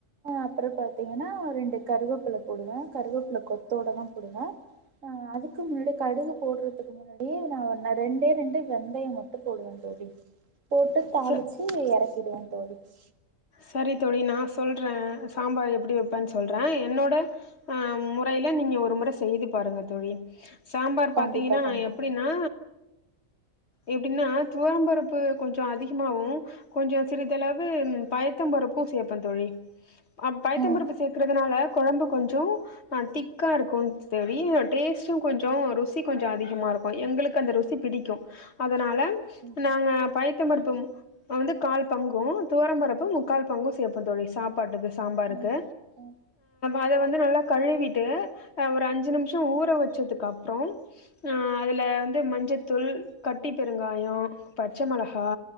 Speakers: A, on the right; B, on the left.
A: அப்பறம் பார்த்தீங்கன்னா ரெண்டு கருவேப்பிலை போடுவேன் கருவேப்பிலை கொத்தோட தான் போடுவேன் அதுக்கு க்கு முன்னாடி கடுகு போடுறதுக்கு முன்னாடியே நா ரெண்டே ரெண்டு வெந்தயோ மட்டு போடுவ தோழி போட்டு தாளிச்சு
B: ச
A: இறக்கி இருக்குலா தோழி ச்
B: செரி தோழி நா சொல்ற சாம்பார் எப்படி வைப்பேன்னு சொல்றே என்னோட அ முறைல நீங்க ஒரு முறை செய்து பாருங்க தோழி சாம்பார்
A: கண்டிப்பா
B: பாத்தீங்கன்னா நா
A: கண்டிப்பா
B: எப்டீன்னா
A: தோழி
B: எப்டீன்னா துவரம்பருப்பு கொஞ்சோ அதிகமாவு கொஞ்சோ சிறிதளவு பயத்தம் பருப்போ சேப்ப தோழி பயத்த
A: ம்
B: பருப்பு சேர்க்கறது நால குழம்பு கொஞ்சோ திக்கா இருக்கோ தோழி டேஸ்ட் கொஞ்சோ ருசி கொஞ்சோ அதிகமா இருக்கோ எங்குளுக்கு அந்த ருசி கொஞ்சோ பிடிக்கும் அதனால
A: ம் ம்
B: நாங்க பைத்த பருப்பு நா வந்து கால் பங்கோ துவரம்பருப்பு முக்கால் பங்கோ சேப்போ தோழி சாப்ப சாப்பாட்டு சாம்பாருக்கு
A: ம் ம்
B: அத வந்து நல்லா கழுவிட்டு ஒரு அஞ்சு நிமிஷோ ஊற வச்சதுக்கப்பறோ அப்றோ அ அதுல வந்து மஞ்சத் தூள் கட்டி பெருங்காயோ பச்ச மிளகா